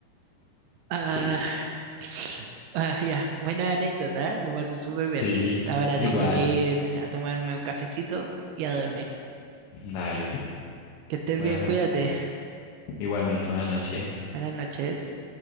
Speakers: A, on the right (about 85°); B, on the left (about 80°).
A: Ah,
B: Sí,
A: <sighs> ah, ya, buena anécdota, ¿eh? Lo pasé súper bien.
B: sí.
A: Ahora
B: Igual.
A: tengo que ir a tomarme un cafecito y a dormir.
B: Dale.
A: Que estés
B: Buenas
A: bien, cuídate.
B: noches. Igualmente, buenas noches.
A: Buenas noches.